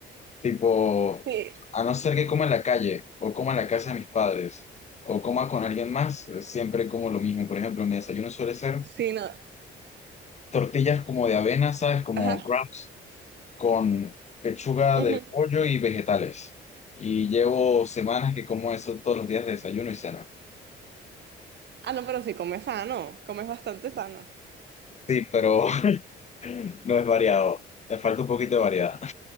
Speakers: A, on the left; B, on the right.
A: Tipo,
B: Sí,
A: a no ser que coma en la calle o coma en la casa de mis padres o coma con alguien más, eh, siempre como lo mismo. Por ejemplo, mi desayuno suele ser
B: sí, no.
A: tortillas como de avena, ¿sabes? Como
B: Ajá.
A: crumbs, con pechuga
B: ujú.
A: de pollo y vegetales. Y llevo semanas que como eso todos los días de desayuno y cena.
B: Ah, no, pero sí, comes sano, comes bastante sano.
A: Sí, pero <clears throat> No es variado. te falta un poquito de variedad.